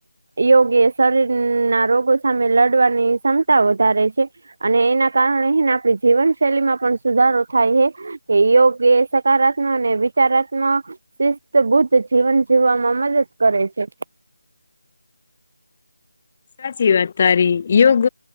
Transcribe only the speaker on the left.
સાચી વાત તારી યોગ